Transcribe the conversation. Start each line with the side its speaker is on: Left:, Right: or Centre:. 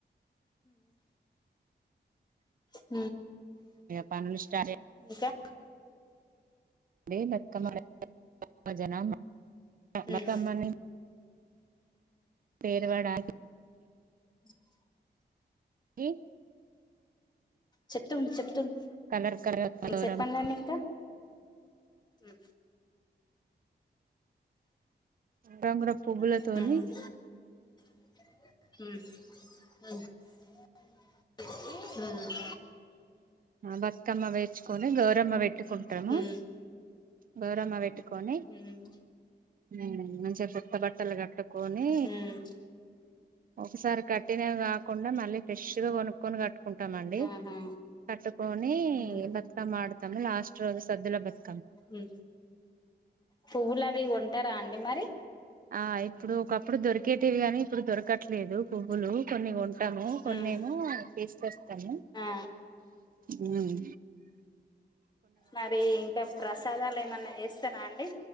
Left: ఉమ్మ్
Right: పనులు స్టార్ట్ <inaudible>
Left: ఇంకా
Right: అదే <unintelligible> భజనా మకమ్
Left: ఉమ్
Right: అని పేరువాడా
Left: అ <inaudible>
Right: డీ
Left: చెప్తుంద్ చెప్తుంద్
Right: కలర్ కలర్
Left: ఉ
Right: గౌరమ్మ
Left: చెప్పండి ఇంకా ఉ
Right: రంగుల పువ్వులతోని
Left: హ్మ్ హ్మ్ హ్మ్
Right: బతుకమ్మ వేర్చుకొని గౌరమ్మ పెట్టుకుంటారూ
Left: హ్మ్
Right: గ అమ్మ వేటు కొని
Left: హ్మ్ హ్మ్
Right: ఉ మంచిగ కొత్త బట్టలు కట్టుకొని
Left: హ్మ్
Right: ఒకసారి కట్టినయి కాకుండా మళ్ళీ ఫ్రెష్ గా కొను కొండగట్టు కట్టుకుంటామండి
Left: ఆహా
Right: కట్టుకొని
Left: హ్మ్
Right: బతుకమ్మ ఆడతాము లాస్ట్ రోజు సద్దుల బతు
Left: హ్మ్ పువ్వు లవి ఉ తింటారా అండి మరి
Right: ఆ ఇప్పుడు ఒకప్పుడు దొరికేటివి గనీ ఇప్పుడు దొరకట్లేదు పువ్వులు కొన్ని కొన్ని అబ్
Left: హ్మ్
Right: కొన్నెమో తీసుకొస్తాము
Left: ఆ
Right: హ్మ్
Left: మరి ఇంకా ప్రసాదాలు ఏమన్నా ఎస్ వస్తేర అండి